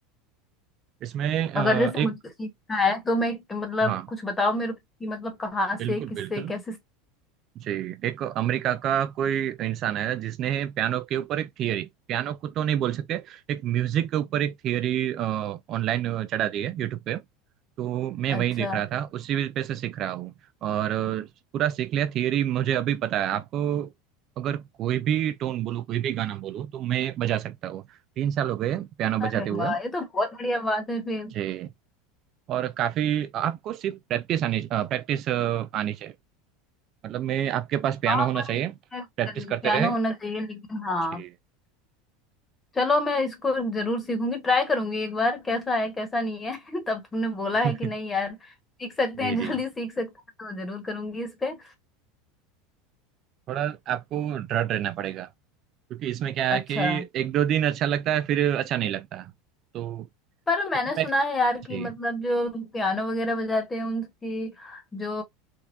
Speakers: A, on the right; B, on the left.
A: इसमें अ,
B: अगर जैसे
A: एक
B: मुझे सीखना है तो मैं मतलब
A: हाँ
B: कुछ बताओ मेरे को कि मतलब कहाँ
A: बिल्कुल
B: से किससे
A: बिल्कुल
B: कैसे
A: जी एक अमेरिका का कोई इंसान है जिसने पियानो के ऊपर एक थियरी पियानो को तो नहीं बोल सकते एक म्यूजिक के ऊपर एक थियरी ऑनलाइन चढ़ा दी है यूट्यूब पे तो मैं
B: अच्छा
A: वही देख रहा था उसी पे से सीख रहा हूँ और अ, पूरा सीख लिया थियरी मुझे अभी पता है आपको अगर कोई भी टोन बोलो कोई भी गाना बोलो तो मैं बजा सकता हूँ तीन साल हो गए पियानो
B: अरे
A: बजाते हुए
B: वाह ये तो बहुत बढ़िया बात है फिर
A: जी और काफी आपको सिर्फ प्रैक्टिस आनी प्रैक्टिस आनी चाहिए मतलब मैं आपके पास पियानो
B: हाँ
A: होना
B: पर
A: चाहिए प्रैक्टिस
B: पियानो
A: करते रहे
B: होना चाहिए लेकिन हाँ
A: जी
B: चलो मैं इसको जरूर सीखूंगी ट्राई करूंगी एक बार कैसा है कैसा नहीं है <laughs> तब तुमने बोला
A: <laughs>
B: है कि नहीं यार सीख सकते
A: जी
B: हैं <laughs>
A: जी
B: जल्दी सीख सकते हैं तो जरूर करूंगी इस पे
A: थोड़ा आपको दृढ़ रहना पड़ेगा क्योंकि इसमें क्या
B: अच्छा
A: है कि एक दो दिन अच्छा लगता है फिर अच्छा नहीं लगता तो
B: पर मैंने
A: फिर तो प्रैक-
B: सुना है यार कि
A: जी
B: मतलब जो पियानो वगैरह बजाते हैं उनकी जो